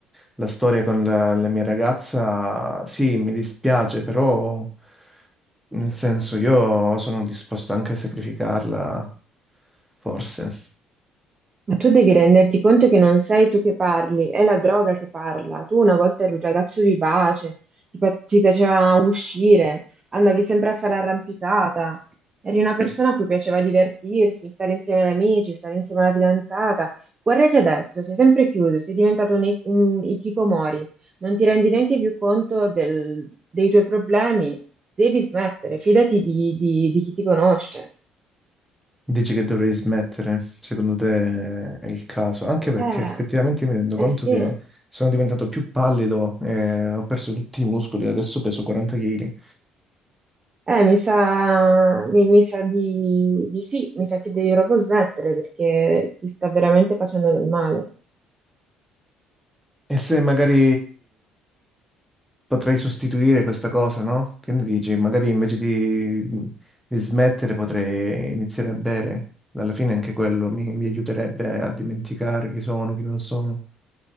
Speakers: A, in the centre; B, on the right.
A: la storia con la, la mia ragazza, sì, mi dispiace, però nel senso io sono disposto anche a sacrificarla, forse.
B: Ma tu devi renderti conto che non sei tu che parli, è la droga che parla. Tu una volta eri un ragazzo vivace, ti, pa- ti piaceva uscire, andavi sempre a fare arrampicata, eri una persona a cui piaceva divertirsi, stare insieme agli amici, stare insieme alla fidanzata. Guarda che adesso sei sempre chiuso, sei diventato un, i- un hikikomori, non ti rendi neanche più conto del- dei tuoi problemi. Devi smettere, fidati di, di di chi ti conosce.
A: Dici che dovrei smettere, secondo te è il caso, anche perché
B: Eh,
A: effettivamente mi rendo
B: eh
A: conto
B: sì.
A: che sono diventato più pallido, eh, ho perso tutti i muscoli, adesso peso 40 kg.
B: Eh, mi sa, mi, mi sa di, di sì, mi sa che devi proprio smettere perché ti sta veramente facendo del male.
A: E se magari potrei sostituire questa cosa, no? Che ne dici? Magari invece di, di smettere potrei iniziare a bere. Alla fine anche quello mi, mi aiuterebbe a dimenticare chi sono, chi non sono.